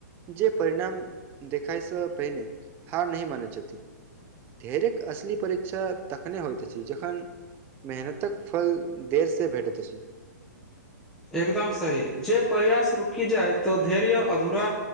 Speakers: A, on the right; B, in the centre.
A: जे परिणाम देखायसँ पहिने हार नहि मानै छथि धैर्यक असली परीक्षा तक तखने होइत अछि जखन मेहनतक फल देर से भेटैत अछि
B: एकदम सही जे प्रयास रुकी जाइ तऽ धैर्य अधूरा